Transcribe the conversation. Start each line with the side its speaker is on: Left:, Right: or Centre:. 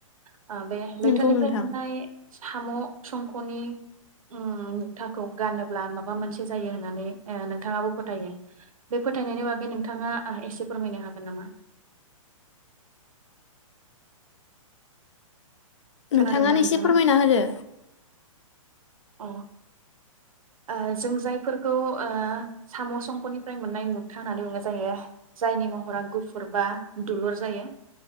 Right: ओ बे लैथोनिफ्राय
Left: नंगौ नोंथां
Right: मोननाय। साम' संख'नि उम मुथाखौ गानोब्ला मा बा मोनसे जायो होनानै ओ नोंथाङाबो फोथायो बे फोथायनायनि बागै नोंथाङा ओ एसे फोरमायनो हागोन नामा। खोनादोंना
Left: नोंथाङानो
Right: नोंथाङा
Left: एसे फोरमायना होदो।
Right: औ। ओ जों जायफोरखौ ओ साम' संखनिफ्राय मोननाय मुकथा होननानै बुंनाय जायो जायनि महरा गुफुर बा दुलुर जायो।